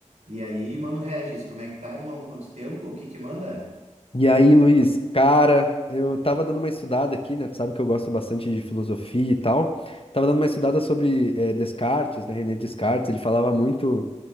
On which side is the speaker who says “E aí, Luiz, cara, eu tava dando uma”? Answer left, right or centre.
Left